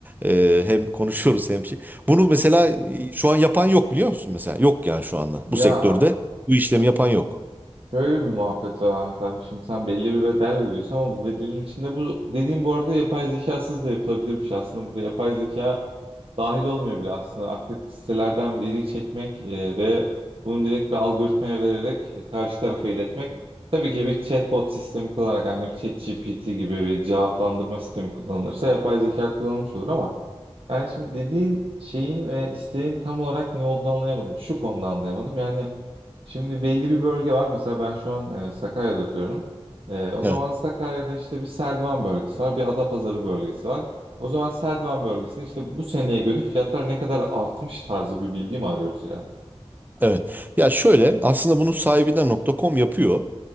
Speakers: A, on the right; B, on the right.
A: E, hem konuşuyoruz hem şey. Bunu mesela e, şu an yapan yok biliyor musun mesela? Yok yani şu anda
B: Ya
A: bu sektörde bu işlemi yapan yok.
B: şöyle bir muhabbet var Ahmet abi. Şimdi sen belli bir bedel veriyorsun ama bu bedelin içinde bu dediğim bu arada yapay zekasız da yapılabilirmiş aslında. Burada yapay zeka dahil olmuyor bile aslında. Artık sitelerden veri çekmek e, ve bunu direkt bir algoritmaya vererek e, karşı tarafa iletmek. Tabii ki bir chatbot sistemi kullanarak yani bir ChatGPT gibi bir cevaplandırma sistemi kullanılırsa yapay zeka kullanılmış olur ama yani şimdi dediğin şeyin ve isteğin tam olarak ne olduğunu anlayamadım. Şu konuda anlayamadım. Yani Şimdi belli bir bölge var. Mesela ben şu an e, Sakarya'da oturuyorum. E, o
A: Evet.
B: zaman Sakarya'da işte bir Serdivan bölgesi var, bir Adapazarı bölgesi var. O zaman Serdivan bölgesinde işte bu seneye göre fiyatlar ne kadar artmış tarzı bir bilgi mi arıyoruz yani?
A: Evet. Ya şöyle aslında bunu sahibinden.com yapıyor.